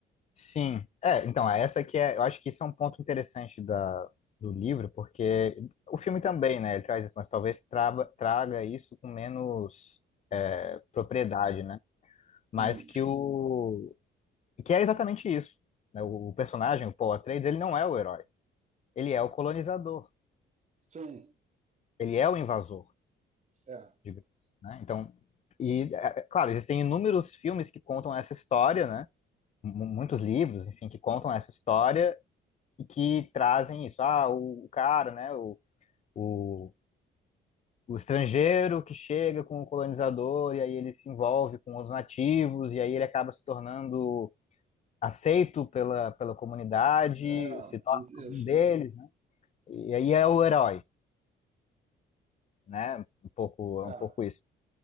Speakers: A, on the left; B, on the right.
A: Sim, é, então, é essa que é, eu acho que isso é um ponto interessante da, do livro, porque o filme também, né, ele traz isso, mas talvez traba, traga isso com menos é, propriedade, né, mas
B: Uhum.
A: que o, que é exatamente isso, né, o, personagem, o Paul Atreides, ele não é o herói, ele é o colonizador,
B: Sim,
A: ele é o invasor,
B: é.
A: digamos, né, então, e, é, é claro, existem inúmeros filmes que contam essa história, né, mu- muitos livros, enfim, que contam essa história, e que trazem isso. Ah, o, o cara, né? O, o, o estrangeiro que chega com o colonizador e aí ele se envolve com os nativos e aí ele acaba se tornando aceito pela, pela comunidade,
B: É,
A: se torna um
B: isso.
A: deles, né? E aí é o herói, né? Um pouco,
B: É.
A: é um pouco isso.